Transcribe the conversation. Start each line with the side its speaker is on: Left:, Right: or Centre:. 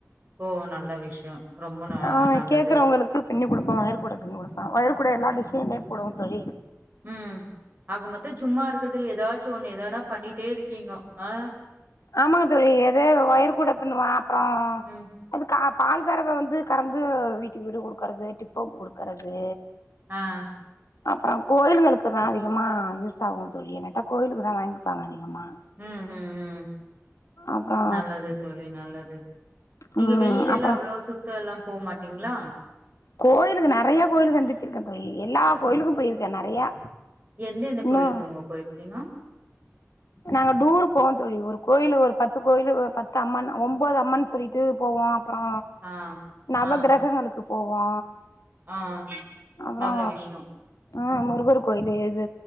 Right: ஓ! நல்ல விஷயம். ரொம்ப ந
Left: ஆஹ
Right: நல்லது.
Left: கேக்குறவங்ளுக்கு பிண்ணி குடுப்பே ஒயர் கூட பிண்ணி குடுப்பே ஒயர் கூட எல்லா டிசெய்ன்லயு போடுவேந்தோழி
Right: உம் ஆக மொத்த சும்மா இருக்கதல ஏதாச்சு ஒண்ணு ஏதனா பண்ணிட்டே இருக்கீங்க ஆஹ
Left: ஆமாங்க தோழி எதே ஒயிர் கூட பிண்ணுவே அப்றோ
Right: ம்.
Left: அது கா பால் கறவை வந்து கறந்து வீட்டுக்கு வீடு குடுக்கறது டிப்போக்கு குடுக்கறது
Right: ஆஹ
Left: அப்புறம் கோயில்களுக்கு தா அதிகமா யூஸ் ஆகுந்தோழி என்னட்டா கோயிலுக்கு தா வாங்கிப்பாங்க அதிகமா
Right: உம் உம் உம்
Left: அப்றோ
Right: நல்லது தோழி நல்லது நீங்க
Left: ம்
Right: வெளிலல்லா
Left: அப்றோ
Right: அவ்ளோ சுத் தல்லா போமாட்டீங்களா
Left: கோயிலுக்கு நெறைய கோயிலு சந்திச்சிருக்கே தோழி எல்லாக் கோயிலுக்கு போயிருக்கே நெறையா
Right: எந்தெந்த
Left: இன்னு
Right: கோயிலுக்குங்கோ போயிருக்கீங்கோ
Left: நாங்க டூர் போவோந் தோழி ஒரு கோயிலு ஒரு பத்து கோயிலு ஒரு பத்து அம்மன் ஒம்போது அம்மன் இது போவோ அப்றோ
Right: ஆ.
Left: நவ
Right: ஆ.
Left: கிரகங்களுக்கு போவோ
Right: ஆ.
Left: அப்றோ
Right: நல்ல விஷயம்.
Left: ஆஹ முருகர் கோயில எது